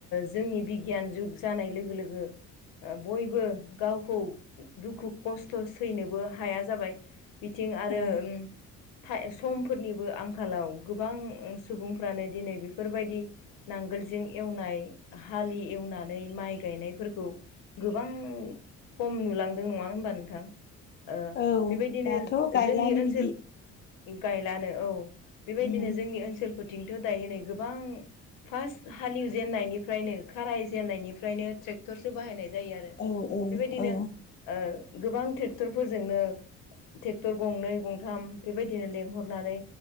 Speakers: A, on the left; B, on the left.
A: जोंनि बिगियान जुग जानाय लोगो लोगो ओ बयबो गावखौ दुखु खस्थ' सैनोबो हाया जाबाय बिथिं आरो
B: औ
A: उम थाय समफोरनिबो आंखालाव गोबां सुबुंफ्रानो दिनै बेफोरबायदि नांगोलजों एवनाय हालि एवनानै माइ गायनायफोरखौ गोबां खम नुलांदों नङा होमबा नोंथां? ओ
B: औ
A: बेबायदिनो
B: दाथ' गायलानो
A: जोंनि ओनसोल
B: बिदि
A: गायलानो औ बेबायदिनो
B: उम
A: जोंनि ओनसोल फोरथिंथ' दायो नै गोबां फार्स्ट हालेवजेननायनिफ्रायनो खाराय जेननायनिफ्रायनो ट्रेक्टरसो बाहायनाय जायो आरो
B: औ औ
A: बेबायदिनो
B: औ
A: ओ गोबां ट्रेक्टर फोरजोंनो ट्रेक्टर गंनै गंथाम बेबायदिनो लेंंहरनानै